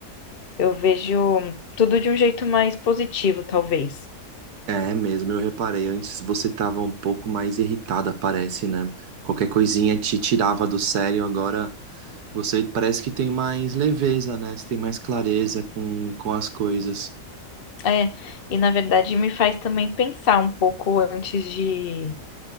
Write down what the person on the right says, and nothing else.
é mesmo, eu reparei. Antes você tava um pouco mais irritada, parece, né? Qualquer coisinha te tirava do sério, agora você parece que tem mais leveza, né? Você tem mais clareza com, com as coisas.